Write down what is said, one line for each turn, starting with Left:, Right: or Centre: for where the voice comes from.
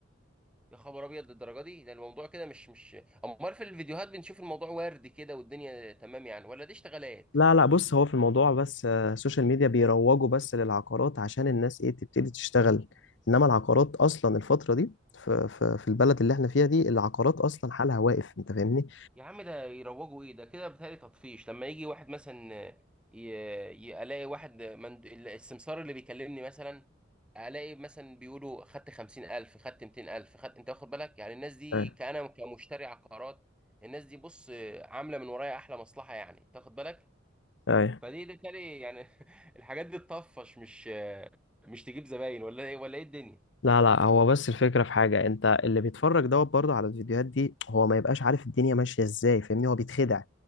Centre: يا خبر ابيض للدرجه دي ده الموضوع كده مش مش امال في الفيديوهات بنشوف الموضوع وردي كده والدنيا تمام يعني ولا دي اشتغالات
Left: لا لا بص هو في الموضوع بس آه، السوشيال ميديا بيروجوا بس للعقارات عشان الناس ايه تبتدي تشتغل انما العقارات اصلا الفترة دي في في في البلد اللي احنا فيها دي العقارات اصلا حالها واقف انت فاهمني
Centre: يا عم ده يروجوا ايه ده كده بيتهيألي تطفيش لما يجي واحد مثلا ي... ي- الاقي واحد من... السمسار اللي بيكلمني مثلا الاقي مثلا بيقولوا خدت 50000 خدت 200000 خدت انت واخد بالك يعني الناس دي
Left: اي
Centre: كأنا كمشتري عقارات الناس دي بص عامله من ورايا احلى مصلحه يعني انت واخد بالك
Left: اي
Centre: فدي ده كالي يعني <laughs> الحاجات دي تطفش مش مش تجيب زباين ولا ايه ولا ايه الدنيا
Left: لا لا هو بس الفكرة في حاجة انت اللي بيتفرج دوت برضه على الفيديوهات دي هو ما يبقاش عارف الدنيا ماشية ازاي فاهمني هو بيتخدع